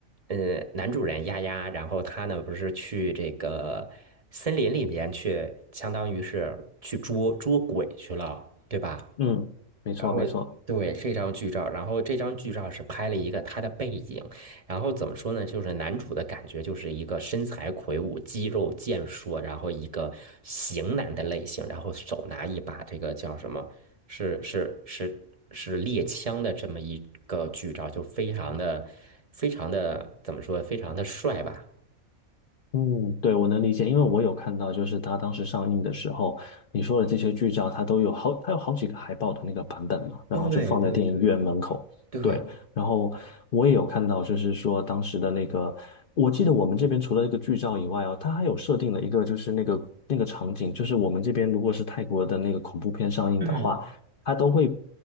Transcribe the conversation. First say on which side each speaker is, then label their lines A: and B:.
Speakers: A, on the right; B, on the left.
A: 呃，男主人丫丫，然后他呢不是去这个森林里面去，相当于是去捉捉鬼去了，对吧？
B: 嗯，没错没错。
A: 然后对这张剧照，然后这张剧照是拍了一个他的背景，然后怎么说呢？就是男主的感觉就是一个身材魁梧、肌肉健硕，然后一个型男的类型，然后手拿一把这个叫什么？是是是是猎枪的这么一个剧照，就非常的非常的怎么说？非常的帅吧？
B: 嗯，对，我能理解，因为我有看到，就是它当时上映的时候，你说的这些剧照，它都有好，它有好几个海报的那个版本嘛，然后就放在电影院门口。
A: 对对对，对，
B: 对，然后我也有看到，就是说当时的那个，我记得我们这边除了那个剧照以外哦，它还有设定了一个，就是那个那个场景，就是我们这边如果是泰国的那个恐怖片上映的话，
A: 嗯。
B: 它都会